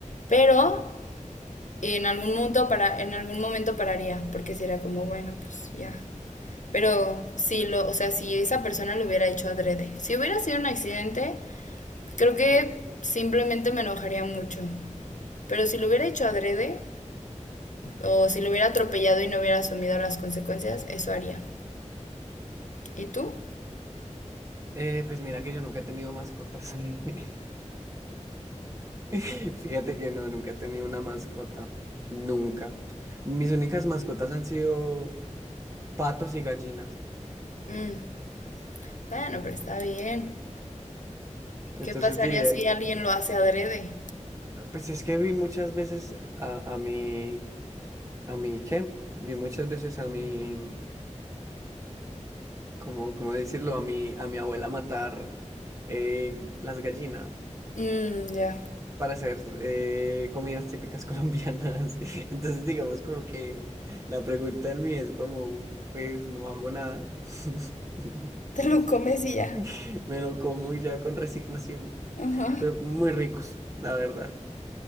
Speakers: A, on the left; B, on the right.
A: Pero en algún momento para, en algún momento pararía, porque sería como, bueno, pues ya. Pero si lo, o sea, si esa persona lo hubiera hecho adrede, si hubiera sido un accidente, creo que simplemente me enojaría mucho. Pero si lo hubiera hecho adrede, o si lo hubiera atropellado y no hubiera asumido las consecuencias, eso haría. ¿Y tú?
B: Eh, pues mira que yo nunca he tenido mascotas. <laughs> <laughs> Fíjate que no, nunca he tenido una mascota. Nunca. Mis únicas mascotas han sido patos y gallinas.
A: Mm. Bueno, pero está bien.
B: Entonces
A: ¿Qué pasaría
B: diría,
A: si alguien lo hace adrede?
B: pues es que vi muchas veces a, a mi, a mi, ¿qué? Vi muchas veces a mi, ¿cómo, cómo decirlo? A mi, a mi abuela matar eh, las gallinas
A: Mmm, ya.
B: para hacer eh, comidas típicas <laughs> colombianas. Entonces digamos como que la pregunta en mí es como, pues no hago nada. <laughs>
A: Te lo comes y ya.
B: <laughs> Me lo como ya con resignación.
A: Ajá.
B: Pero muy ricos, la verdad.